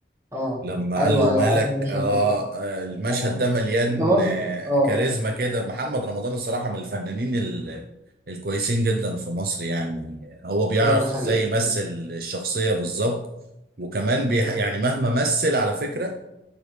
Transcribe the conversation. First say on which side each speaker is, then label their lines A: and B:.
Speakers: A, on the right; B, on the right.
A: اه
B: لما
A: ايوه
B: قال له
A: ايوه
B: مالك
A: عارف المشهد
B: آه
A: ده
B: آه، المشهد
A: اه
B: ده مليان
A: انت برضه
B: آه
A: اه اه
B: كاريزما كده محمد رمضان الصراحة من الفنانين ال- الكويسين جدا في مصر يعني هو بيعرف
A: ايوه دي حقيقة
B: ازاي
A: دي
B: يمثل
A: حقيقة
B: الشخصية بالظبط وكمان بيح يعني مهما مثل على فكرة